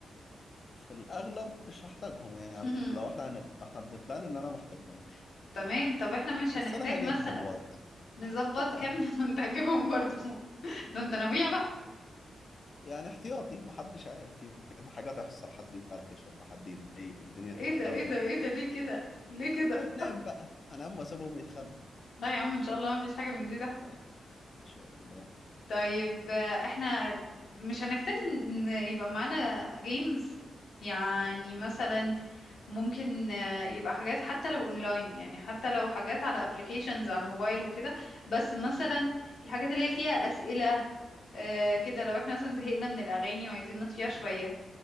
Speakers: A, on the left; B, on the left.
A: في الاغلب مش هحتاجهم يعني
B: <laughs>
A: على- لو احنا هنبقى احنا بنبلان ان انا ما احتاجهمش
B: تمام طب احنا مش هنحتاج
A: بس انا هجيبهم
B: مثلا
A: برضه
B: نظبط
A: <laughs>
B: كام <laughs> وانت هتجيبهم برضو ده انت ناوية بقى
A: يعني احتياطي محدش عارف يمكن حاجة تحصل حد يفركش ولا حد يتضايق والدنيا تبقى
B: ايه ده
A: غم
B: ايه ده ايه ده ليه كده ليه كده
A: فننام بقى انام واسيبهم يتخانقوا
B: لا يا عم ان شاء الله ما فيش حاجة من دي تحصل
A: ان شاء الله
B: طيب آه، احنا مش هنحتاج ان يبقى معانا جيمز يعني مثلا ممكن آه، يبقى حاجات حتى لو اونلاين يعني حتى لو حاجات على ابلكيشنز على الموبايل وكده بس مثلا الحاجات اللي هي فيها أسئلة آه، كده لو احنا مثلا زهقنا من الأغاني وعايزين نطفيها شوية